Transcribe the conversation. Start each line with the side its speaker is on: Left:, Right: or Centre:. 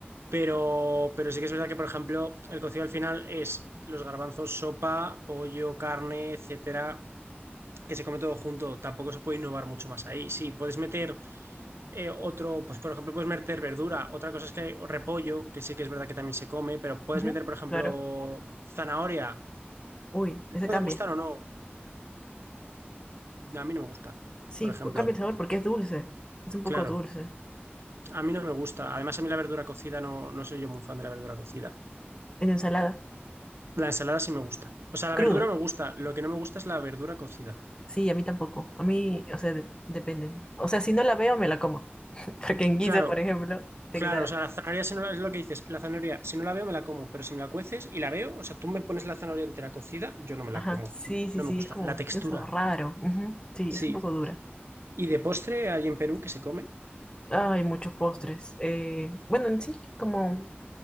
Right: Pero, pero sí que es verdad que, por ejemplo, el cocido al final es los garbanzos, sopa, pollo, carne, etcétera, que se come todo junto. Tampoco se puede innovar mucho más ahí. Sí, puedes meter eh, otro, pues por ejemplo, puedes meter verdura. Otra cosa es que hay repollo, que sí que es verdad que también se come, pero puedes
Left: ujú,
Right: meter, por ejemplo,
Left: claro.
Right: zanahoria.
Left: Uy, ese
Right: Puede
Left: cambia.
Right: gustar o no. A mí no me gusta,
Left: Sí,
Right: por ejemplo.
Left: pu- cambia el sabor porque es dulce, es un poco
Right: Claro,
Left: dulce.
Right: a mí no me gusta. Además, a mí la verdura cocida no, no soy yo muy fan de la verdura cocida.
Left: En ensalada,
Right: La ensalada sí me gusta. O sea, la
Left: crudo.
Right: verdura me gusta. Lo que no me gusta es la verdura cocida.
Left: Sí, a mí tampoco. A mí, o sea, de- dependen. O sea, si no la veo, me la como. <laughs> Porque en guisa,
Right: Claro,
Left: por ejemplo, te
Right: claro.
Left: quedará.
Right: O sea, la zanahoria, si no la- es lo que dices, la zanahoria, si no la veo, me la como. Pero si me la cueces y la veo, o sea, tú me pones la zanahoria entera cocida, yo no me
Left: Ajá,
Right: la como.
Left: sí, sí,
Right: No
Left: sí,
Right: me gusta.
Left: es como,
Right: La textura.
Left: tiene un sabor raro. Ujú, Sí,
Right: Sí,
Left: es un poco dura.
Right: ¿Y de postre hay en Perú que se come?
Left: Hay muchos postres. Eh, bueno, en sí, como